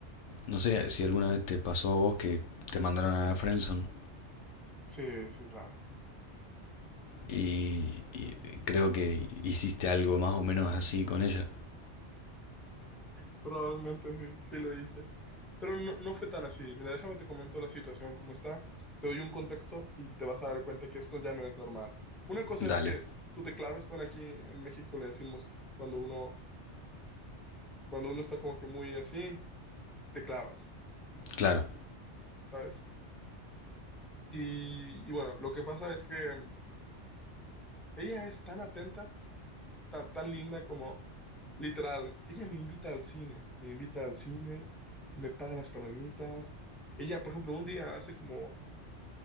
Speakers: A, on the left; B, in the centre.
A: no sé si alguna vez te pasó a vos que te mandaron a la friendzone
B: Sí, sí, claro.
A: y, y creo que hiciste algo más o menos así con ella.
B: Probablemente sí, sí lo hice. Pero no, no fue tan así. Mira, déjame te comento la situación como está. Te doy un contexto y te vas a dar cuenta que esto ya no es normal. Una cosa
A: Dale.
B: es que tú te claves. Bueno, aquí en México le decimos cuando uno, cuando uno está como que muy así, te clavas,
A: Claro,
B: ¿sabes? Y, y bueno, lo que pasa es que mm, ella es tan atenta, es tan, tan linda como literal. Ella me invita al cine, me invita al cine, me paga las palomitas. Ella, por ejemplo, un día hace como